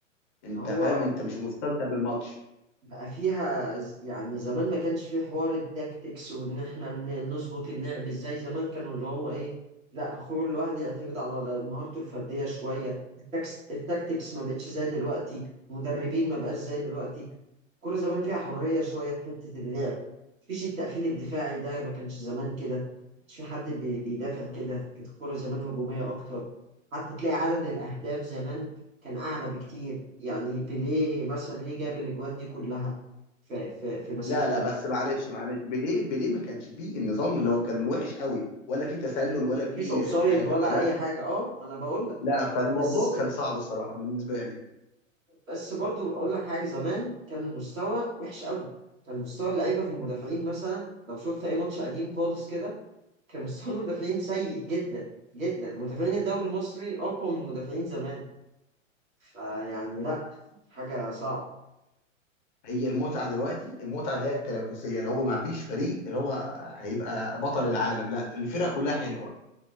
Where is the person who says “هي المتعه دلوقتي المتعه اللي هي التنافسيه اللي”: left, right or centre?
Left